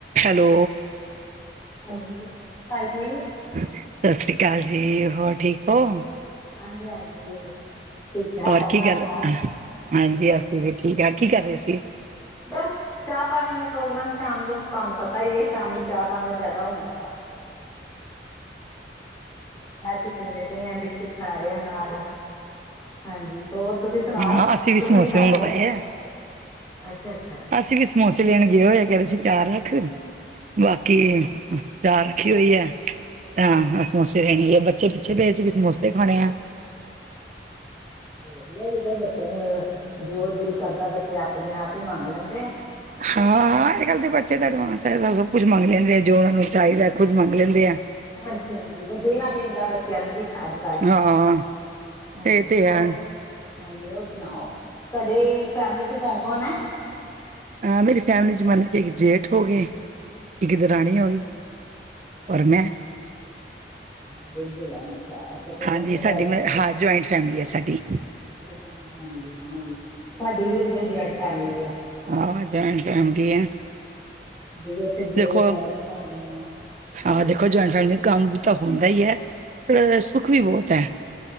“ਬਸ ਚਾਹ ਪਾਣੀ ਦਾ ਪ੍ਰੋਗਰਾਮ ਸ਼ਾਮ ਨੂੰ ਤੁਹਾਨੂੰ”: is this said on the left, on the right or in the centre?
Left